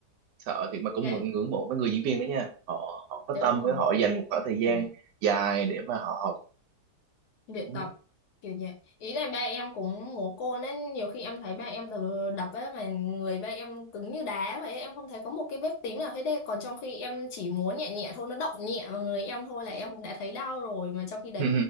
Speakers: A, on the right (about 75°); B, on the left (about 70°).
A: sợ thiệt mà cũng
B: dạ
A: ngưỡng ngưỡng mộ mấy người diễn viên đó nha họ họ có
B: đúng
A: tâm
B: rồi
A: với họ dành một khoảng thời gian
B: ừ.
A: dài để mà họ học <laughs>
B: luyện tập
A: ừ.
B: kiểu nhẹ ý là ba em cũng ngố cô nên nhiều khi em thấy ba em đ- đập á mà người ba em cứng như đá vậy ấy, em không thấy có một cái vết tím nào hết đấy còn trong khi em chỉ muốn nhẹ nhẹ thôi nó động nhẹ vào người em thôi là em cũng đã thấy đau rồi mà trong khi đấy
A: ừ,